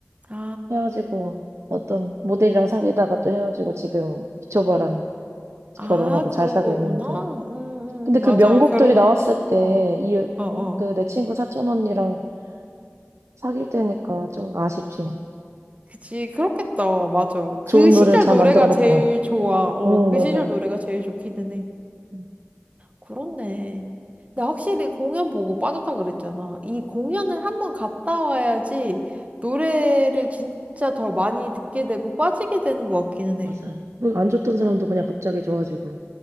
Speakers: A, on the right (about 30°); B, on the right (about 75°).
A: 아,
B: 헤어지고 어떤 모델이랑 사귀다가 또 헤어지고 지금 미초바랑
A: 아,
B: 결혼하고 잘
A: 그런
B: 살고
A: 거구나.
B: 있는데
A: 음, 음,
B: 근데
A: 음,
B: 그
A: 맞아.
B: 명곡들이
A: 결혼하고,
B: 나왔을 때
A: 어,
B: 이
A: 어, 어.
B: 어? 그 내 친구 사촌 언니랑 사귈 때니까 좀 아쉽지.
A: 그치, 그렇겠다. 맞아. 그
B: 좋은
A: 시절
B: 노래를 잘
A: 노래가
B: 만들어 놓고.
A: 제일 좋아. 어,
B: 응,
A: 그
B: 맞아.
A: 시절 노래가 제일 좋기는 해.
B: 응,
A: 그렇네. 근데 확실히 공연 보고 빠졌다 그랬잖아. 이 공연을 한 번 갔다 와야지 노래를 진짜 더 많이 듣게 되고 빠지게 되는 것 같기는 해.
B: 맞아. 뭐 안 좋던 사람도 그냥 갑자기 좋아지고.